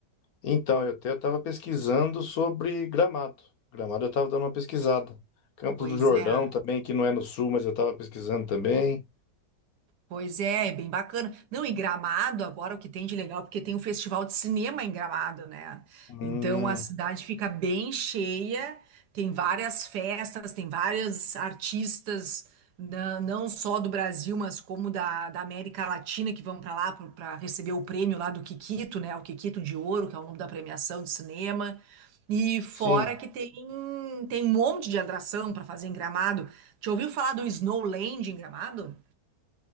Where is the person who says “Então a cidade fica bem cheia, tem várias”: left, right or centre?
Right